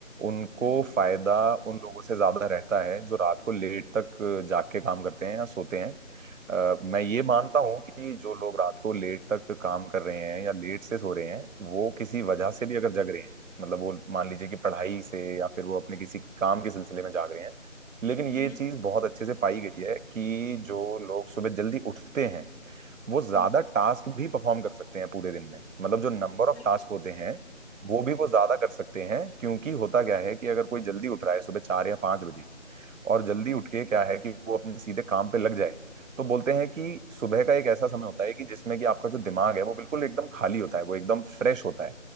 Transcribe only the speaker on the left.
हम्म
हम्म
हम्म
हम्म,
बिल्कुल
हम्म,